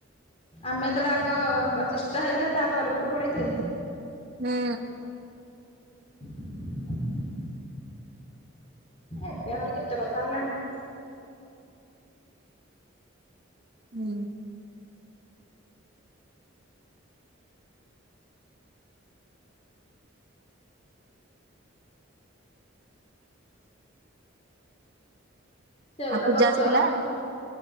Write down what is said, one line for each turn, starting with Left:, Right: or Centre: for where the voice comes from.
Left: ଆମେ ଯେତେବେଳେ ଆଗ ପଚିଷ୍ଟା ହେଇଥିଲା ତା ପରେରେ ପରେ ପଳେଇଥେ
Right: ହୁଁ।
Left: <inaudible> ଏବେ ଆହୁରି କେତେ କଥା ହେଲାଣି।
Right: ହୁଁ।
Left: ସେଉରା
Right: ଆଉ ପୂଜା
Left: ବର୍ଷା
Right: ଆସିଥିଲା
Left: ହୋଉଚି ଯେ